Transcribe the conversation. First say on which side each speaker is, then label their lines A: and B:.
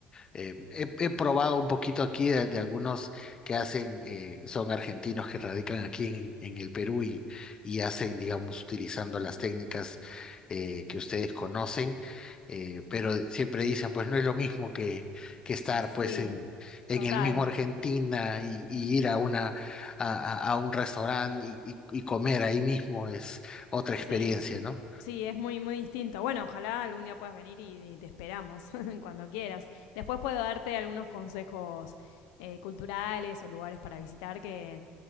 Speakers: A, on the left; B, on the left.
A: eh, he, he probado un poquito aquí de, de algunos que hacen, eh, son argentinos que radican aquí en, en el Perú y, y hacen, digamos, utilizando las técnicas eh, que ustedes conocen, eh, pero siempre dicen, pues no es lo mismo que, que estar
B: Y sí,
A: pues en, en
B: total,
A: el mismo Argentina y, y ir a una, a, a- a un restaurante y, y y comer ahí mismo es otra
B: sí.
A: experiencia, ¿no?
B: Sí, es muy, muy distinto. Bueno, ojalá algún día puedas venir y, y te esperamos <laughs> cuando quieras. Después puedo darte algunos consejos eh, culturales o lugares para visitar que